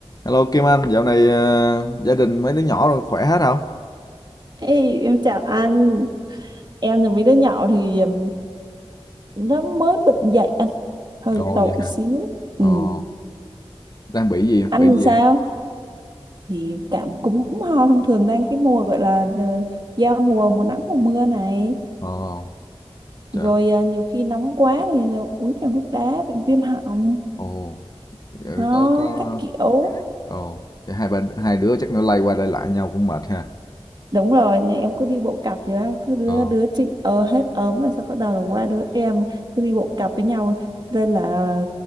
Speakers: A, on the left; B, on the right.
A: Hello Kim Anh, dạo này ờ, gia đình mấy đứa nhỏ rồi khỏe hết không?
B: Ê, em chào anh em là mấy đứa nhỏ thì um, nó mới bệnh dậy anh hơi
A: Ồ
B: tội
A: vậy. hả?
B: xíu
A: Ồ,
B: ừ.
A: đang bị gì?
B: anh
A: Bị gì
B: sao
A: vậy?
B: thì cảm cúm ho thông thường đang cái mùa gọi là ờ, giao mùa mùa nắng mùa mưa này
A: Ồ, trời.
B: rồi ờ, nhiều khi nóng quá thì uống nhiều nước đá bị viêm họng
A: Ồ, vậy
B: ho
A: có có
B: các kiểu
A: Ồ, vậy hai ba hai đứa chắc nó lay qua lay lại nhau cũng mệt ha.
B: Đúng rồi, nhà em cứ đi bộ cặp vậy đó, cứ đứa
A: Ồ.
B: đứa chị ờ hết ốm là sẽ bắt đầu là qua đứa em cứ đi bộ cặp với nhau nên là